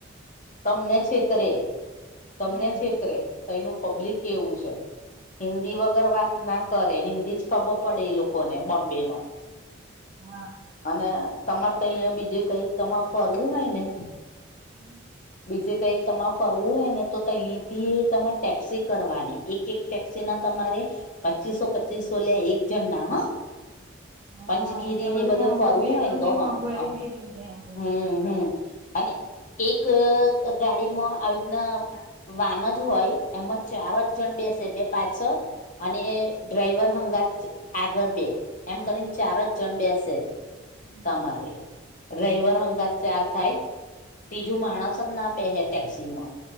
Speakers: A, on the left; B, on the right.
A: તમને છેતરે
B: હમ
A: તમને છેતરે ત એનું પબ્લિક કેવું છે. હિન્દી વગર વાત ના કરે હિન્દી જ ખબર પડે એ લોકોને બોમ્બે મ.
B: હા
A: અને તમારે તો અહં બીજે કઈ તમારે ફરવું હોય ને,
B: <inaudible>
A: બીજે કઈક તમારે ફરવું હોય ને તો તહીથી તમારે ટેક્સી કરવાની એક એક, ટેક્સી ના તમારે પચીસો પચીસો લ્યા એક જણના હ
B: હા
A: પંચગીરી
B: ત્યાં
A: ને
B: બધું
A: બધે
B: મોંઘું
A: ફરવું
B: બી એટલું
A: હોયને
B: બી
A: હા
B: મોંઘવારી
A: હા
B: બી એટલી ત્યાં આગળ
A: હમ હમ. અને ગ ગાડી મા આવીત ના વાન જ હોય એમાં ચાર જ જણ બેસે બે પાછ અને એ ડ્રાઈવર હંગાત આગળ બે એમ કરીને ચાર જ જણ બેસે.
B: હમ
A: તમારે ડ્રાયવર હંગાત ચાર થાય. જો માણસ બે હે ટેક્સી માં